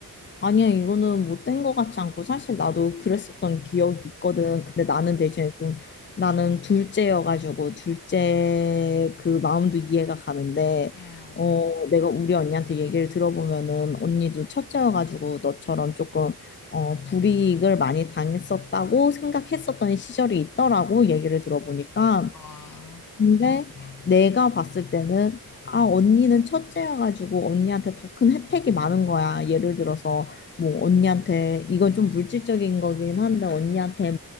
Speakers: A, on the left (about 30°); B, on the left (about 60°).
A: 아니야, 이거는 못된 것 같지 않고, 사실 나도 그랬었던 기억이 있거든. 근데 나는
B: 응,
A: 대신에 좀, 나는 둘째여가지고, 둘째 그 마음도 이해가 가는데,
B: 응,
A: 어, 내가 우리 언니한테 얘기를 들어보면은, 언니도
B: 응.
A: 첫째여가지고, 너처럼
B: 응.
A: 조금, 어, 불이익을 많이 당했었다고 생각했었던 시절이 있더라고, 얘기를 들어보니까.
B: 아,
A: 근데 내가 봤을 때는 아
B: 응,
A: 언니는 첫째여가지고 언니한테 더 큰 혜택이 많은 거야. 예를 들어서 뭐 언니한테 이건 좀 물질적인 거긴 한데 언니한테